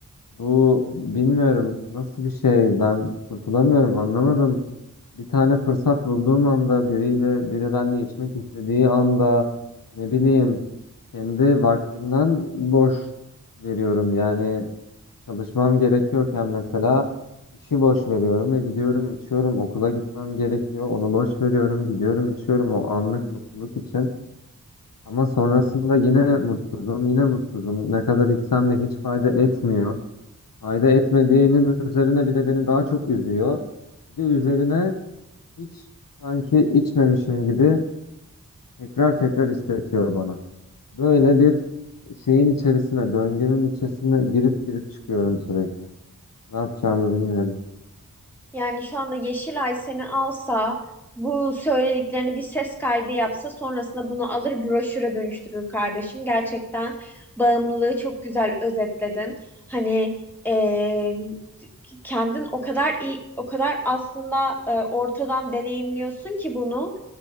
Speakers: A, on the left (about 80°); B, in the centre.
A: bu bilmiyorum nasıl bir şey ben kurtulamıyorum anlamadım. Bir tane fırsat bulduğum anda biriyle biri benimle içmek istediği anda ne bileyim kendi vaktimden boş veriyorum yani Çalışmam gerekiyorken mesela işi boş veriyorum ve gidiyorum içiyorum. Okula gitmem gerekiyor. Onu boş veriyorum. Gidiyorum içiyorum o anlık mutluluk için. Ama sonrasında yine mutsuzum, yine mutsuzum. Ne kadar içsem de hiç fayda etmiyor. Fayda etmediğinin üzerine bir de beni daha çok üzüyor. Bir de üzerine hiç sanki içmemişim gibi tekrar tekrar istetiyor bana. Böyle bir şeyin içerisine, döngünün içerisine girip girip çıkıyorum sürekli. Ne yapacağımı bilmiyorum.
B: Yani şu anda Yeşilay seni alsa, bu söylediklerini bir ses kaydı yapsa sonrasında bunu alır broşüre dönüştürür kardeşim. Gerçekten bağımlılığı çok güzel özetledin. Hani eee, kendin o kadar iyi, o kadar aslında e, ortadan deneyimliyorsun ki bunu.